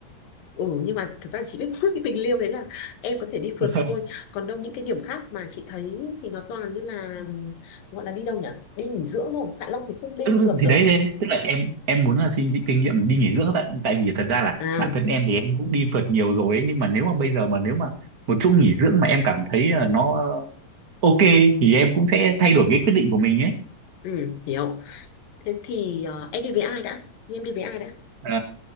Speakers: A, on the left; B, on the right.
A: Ừ, nhưng mà thật ra chị biết <laughs> mỗi cái bình liêu đấy là em có thể đi phượt
B: <laughs>
A: thôi còn đâu những cái điểm khác mà chị thấy thì nó toàn như là ừm, gọi là đi đâu nhỉ đi nghỉ dưỡng thôi Hạ Long thì không đi
B: tức
A: phượt
B: thì
A: được
B: đấy, đấy đấy. tức là em em muốn là xin chị kinh nghiệm đi nghỉ dưỡng tại tại vì thật ra là
A: à
B: bản thân em thì em cũng đi phượt nhiều rồi ấy, nhưng mà nếu mà bây giờ mà nếu mà một chỗ nghỉ dưỡng mà em cảm thấy là nó ok thì em cũng sẽ thay đổi cái quyết định của mình ấy
A: ừ, hiểu thế thì ờ, em đi với ai đã em đi với ai đã
B: Ờ,